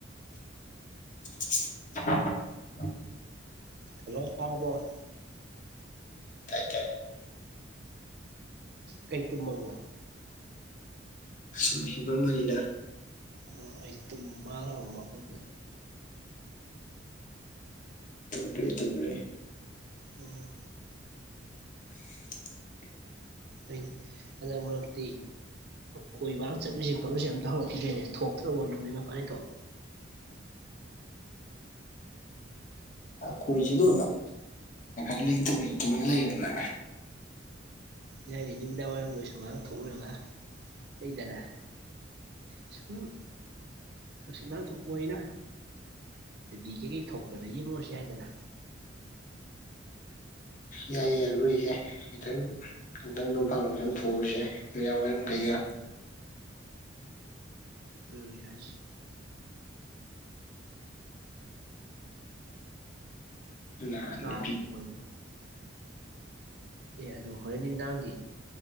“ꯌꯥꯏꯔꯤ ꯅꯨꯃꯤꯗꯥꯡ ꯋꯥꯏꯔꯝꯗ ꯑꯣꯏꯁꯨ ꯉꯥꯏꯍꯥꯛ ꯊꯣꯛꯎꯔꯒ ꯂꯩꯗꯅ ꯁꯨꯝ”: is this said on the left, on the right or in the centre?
Right